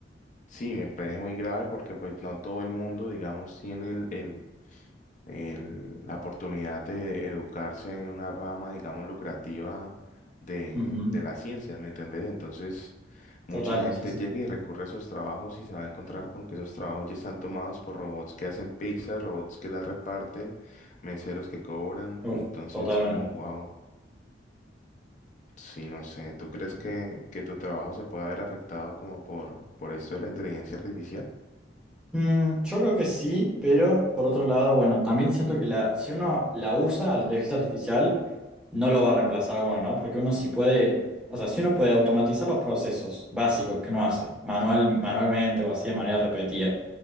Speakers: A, on the left; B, in the centre.
A: Sí, me parece muy grave porque pues no todo el mundo, digamos, tiene el, el, el- la oportunidad de educarse en una rama, digamos, lucrativa de,
B: Ujú,
A: de la ciencia, ¿me entendés? Entonces, mucha
B: Total,
A: gente
B: sí, sí.
A: llega y recurre a esos trabajos y se va a encontrar con que esos trabajos ya están tomados por robots que hacen pizza, robots que la reparten, meseros que cobran.
B: Uf,
A: Entonces
B: totalmente.
A: es como, wow, sí, no sé. ¿Tú crees que, que tu trabajo se pueda ver afectado como por, por esto de la inteligencia artificial?
B: Mm, yo creo que sí, pero por otro lado, bueno, también siento que la, si uno la usa a la inteligencia artificial, no lo va a reemplazar a uno, ¿no? Porque uno sí puede, o sea, si uno puede automatizar los procesos básicos que uno hace, manual, manualmente o así de manera repetida,